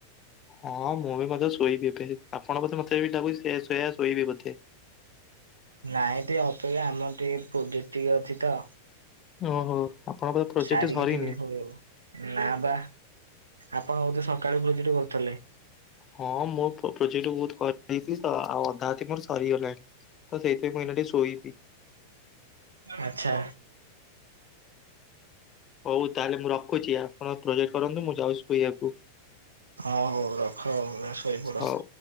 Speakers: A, on the left; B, on the right.
A: ହଁ ମୁଁ ବି ମଧ୍ୟ ଶୋଇବି ଏବେ ଆପଣ ବୋଧେ ମତେ <unintelligible> ସେ ଶୋଇ ଶୋଇବି ବୋଧେ।
B: ନାଇଁ ଟିକେ ଅପେକ୍ଷା ଆମର ଟିକେ ପ୍ରୋଜେକ୍ଟ ଟିକେ ଅଛି ତ।
A: ଓହୋ ଆପଣଙ୍କ ବୋଧେ ପ୍ରୋଜେକ୍ଟ
B: ସାରିକି
A: ସରିନି?
B: ଟିକେ ଶୋଇବୁ। ନା ବା ଆପଣ ବୋଧେ ସକାଳୁ ପ୍ରୋଜେକ୍ଟ କରୁଥିଲେ?
A: ହଁ ମୁଁ ପ୍ରୋଜେକ୍ଟ ବହୁତ କରିଦେଇଛି ତ ଆଉ ଅଧା ଅଛି ମୋର ସରିଗଲାଣି। ତ ସେଇଥି ପାଇଁ <unintelligible> ଶୋଇବି।
B: ଆଛା।
A: ହଉ ତାହେଲେ ମୁଁ ରଖୁଛି ଆପଣ ପ୍ରୋଜେକ୍ଟ କରନ୍ତୁ ମୁଁ ଯାଉଛି ଶୋଇବାକୁ।
B: ହଉ ହଉ ରଖ ଆଉ ଯାଅ ଶୋଇପଡ।
A: ହଉ।